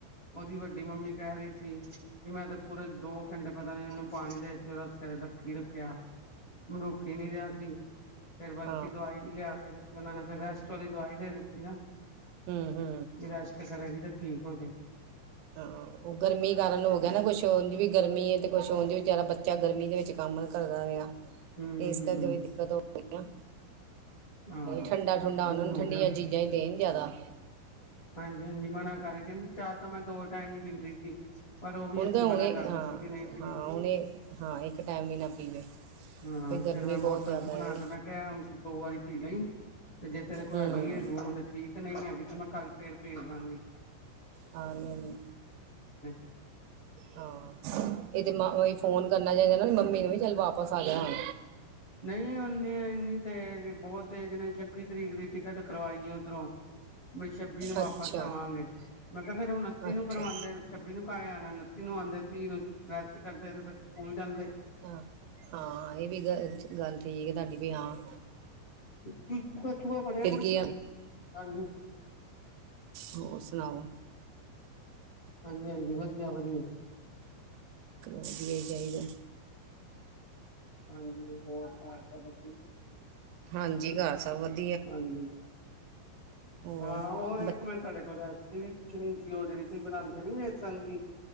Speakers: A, on the left (about 35°); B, on the right (about 85°).
A: ਉਹਦੀ ਵੱਡੀ ਮੰਮੀ ਕਹਿ ਰਹੀ ਸੀ ਕਿ ਮੈਂ ਤਾਂ ਪੂਰੇ ਦੋ ਘੰਟੇ ਪਤਾ ਨੀ ਉਹਨੂੰ ਪਾਣੀ ਦੇ ਵਿੱਚ ਉਹਦਾ ਸਵੇਰੇ ਰੱਖੀ ਰੱਖਿਆ ਮਰੂਕ ਨਹੀਂ ਰਿਹਾ ਸੀ ਫਿਰ ਬਲਕਿ
B: ਹਾਂ
A: ਦਵਾਈ ਵੀ ਲਿਆ ਕੇ ਦਿੱਤੀ, ਉਹਨਾ ਨੇ ਫਿਰ ਰੈਸਟ ਵਾਲੀ ਦਵਾਈ ਦੇ ਦਿੱਤੀ ਨਾ
B: ਹੂੰ-ਹੂੰ
A: ਵੀ ਰੈਸਟ ਕਰੇਗੀ ਤਾਂ ਠੀਕ ਹੋ ਜਾਏਗੀ
B: ਹਾਂ ਉਹ ਗਰਮੀ ਕਾਰਨ ਹੋ ਗਿਆ ਨਾ ਕੁਛ ਉਂਝ ਵੀ ਗਰਮੀ ਹੈ ਤੇ ਕੁਛ ਹੁੰਦੀ ਵੀ ਵਿਚਾਰਾ ਬੱਚਾ ਗਰਮੀ ਦੇ ਵਿੱਚ ਕੰਮ ਕਰਦਾ ਰਿਹਾ,
A: ਹੂੰ
B: ਇਸ ਕਰਕੇ
A: ਹੂੰ
B: ਵੀ ਦਿੱਕਤ ਹੋਈ ਨਾ
A: ਹਾਂ
B: ਠੰਡਾ
A: ਬਸ
B: ਠੁੰਡਾ ਉਹਨਾ
A: ਇਹੀ
B: ਨੂੰ
A: ਹੋ
B: ਠੰਡੀਆਂ
A: ਗਿਆ
B: ਚੀਜ਼ਾਂ ਹੀ ਦੇਣ ਜਿਆਦਾ
A: ਹਾਂਜੀ -ਹਾਂਜੀ ਮਨਾ ਕਰਕੇ ਨਾ ਚਾਹ ਤਾਂ ਮੈਂ ਦੋ ਟਾਈਮ ਹੀ ਪੀਂਦੀ ਸੀ, ਪਰ ਉਹ ਵੀ
B: ਹੁਣ
A: ਅਸੀਂ
B: ਕ ਹੁਣੇ
A: ਮਨਾ ਕਰ
B: ਹਾਂ
A: ਦਿੱਤੀ ਕਿ ਨਹੀਂ ਪੀਣੀ
B: ਹਾਂ ਉਹਨੇ ਹਾਂ ਇੱਕ ਟਾਈਮ ਵੀ ਨਾ ਪੀਵੇ
A: ਹਮ,
B: ਵੀ ਗਰਮੀ
A: ਫਿਰ ਮੈਂ
B: ਬਹੁਤ
A: ਬੋਤਲ
B: ਜ਼ਿਆਦਾ
A: ਚ ਬਣਾ
B: ਹੈ
A: ਕੇ ਮੈਂ ਕਿਹਾ ਹੁਣ ਦੋ ਵਾਰੀ ਪੀ ਲਈ ਤੇ ਜੇ ਤੇਰੇ ਕੋਲ
B: ਹਮ
A: ਹੈਗੀ ਹੈ ਗੋਂਡ ਠੀਕ, ਨਹੀਂ ਹੈਗੀ ਤੇ ਮੈਂ ਕੱਲ ਫਿਰ ਭੇਜ ਦਵਾਂਗੀ
B: ਹਾਂ ਨਹੀਂ -ਨਹੀਂ
A: <unintelligible>
B: ਹਾਂ, ਇਹ ਤੇ ਮ ਫੋਨ ਕਰਨਾ ਚਾਹੀਦਾ ਨਾ ਮੰਮੀ ਨੂੰ ਵੀ ਚੱਲ ਵਾਪਸ ਆ ਜਾਣ
A: ਨਹੀਂ ਓਨੀ ਇੰਨੀ ਤੇਜ਼, ਬਹੁਤ ਤੇਜ਼ ਨੇ ਛੱਬੀ ਤਰੀਕ ਦੀ ਟਿਕਟ ਕਰਵਾਈ ਉੱਧਰੋਂ ਮੈੰ ਛੱਬੀ ਨੂੰ ਵਾਪਸ
B: ਅੱਛਾ
A: ਆਵਾਂਗੇ ਮੈਂ ਕਿਹਾ ਫੇਰ ਉਨੱਤੀ
B: ਅੱਛਾ
A: ਨੂੰ ਕਰਵਾਉਂਦੇ, ਛੱਬੀ ਨੂੰ ਕਾਹੇ ਆਉਣਾ, ਉਨੱਤੀ ਨੂੰ ਆਉਂਦੇ ਤੀਹ ਨੂੰ ਰੈਸਟ ਕਰਦੇ ਤੇ ਫਿਰ ਸਕੂਲ ਜਾਂਦੇ
B: ਹ ਹਾਂ ਇਹ ਵੀ ਗ ਗੱਲ ਠੀਕ ਹੈ ਤੁਹਾਡੀ ਵੀ ਹਾਂ
A: ਕੀ ਕਛੂਆ ਫੜਿਆ
B: ਫਿਰ
A: ਖੁਡ
B: ਕੀ
A: 'ਚ,
B: ਆ
A: ਹਾਂਜੀ
B: ਹੋਰ ਸੁਣਾਓ
A: ਹਾਂਜੀ- ਹਾਂਜੀ ਵਧੀਆ- ਵਧੀਆ
B: ਵਧੀਆ ਹੀ ਚਾਹੀਦਾ
A: ਹਾਂਜੀ ਹੋਰ ਘਰ ਸਭ ਵਧੀਆ-
B: ਹਾਂਜੀ ਘਰ ਸਭ ਵਧੀਆ-
A: ਹਾਂਜੀ
B: ਹੋਰ
A: ਹਾਂ ਉਹ
B: ਬ
A: ਇੱਕ ਮੈਂ ਤੁਹਾਡੇ ਕੋਲ ਰੈਸਪੀ ਵੀ ਪੁੱਛਣੀ ਸੀ ਉਹ ਜਿਹੜੀ ਤੁਸੀਂ ਬਣਾਉਂਦੇ ਨੀ ਵੇਸਣ ਦੀ